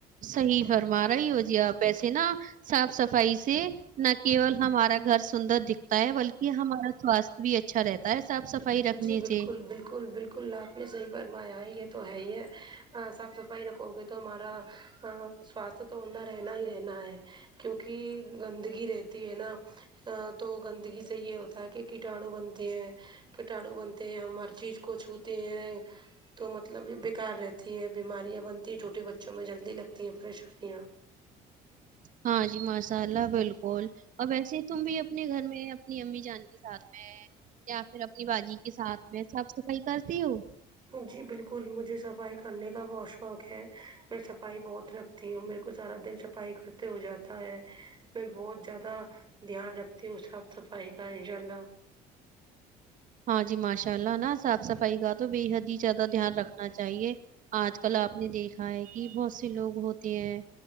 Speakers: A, on the right; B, on the right.
A: صحیح فرما رہا ہی ہو جی آپ اییسے نا صاف صفائی سے نہ کیول ہمارا گھر سندر دکھتا ہے بلکہ ہمارا سواستھ بھی اچھا رہتا ہے صاف صفائی رکھنے
B: جی بالکل
A: سے
B: بالکل بالکل کلہ آپ نے صحیح فرمایا ہے یہ تو ہے ہی ہے صاف صفائی رکھو گے تو ہمارا سواستھ تو ہوہ رہنا ہی رہنا ہے کیونکہ گندگی رہتی ہے نا ا تو گندگی سے یہ ہوتا ہے کہ کٹاڑو بنتے ہیں کٹاڑو بنتے ہیں ہم ہر چیز کو چھوتے ہیں تو مطلب یہ بکار رہتی ہے بیماریاں بنتی ہیں چھوٹے بچوں میں جلدی لگتی ہیں پریشانیاں
A: ہاں جی مسالہ بالکل اب ایسے تم بھی اپنے گھر میں اپنی امی جان کے ساتھ میں یا پھر اپنی باجی کے ساتھ میں صاف صفائی کرتی ہوں
B: جی بالکل مجھے صفائی کرنے کا بہت شوق ہے میں صفائی بہت رکھ تی ہوں میرے کو سارا دن صفائی کرتے ہو جاتا ہے میں بہت زیادہ دھیان رکھتی ہو صاف صفائی کا انشاء اللہ
A: ہاں جی ماشاء اللہ نا صاف صفائی کا تو بے حد ہی زیادہ دھیان رکھنا چاہیے آج کل آپ نے دیکھا ہے کہ بہت سے لوگ ہوتے ہیں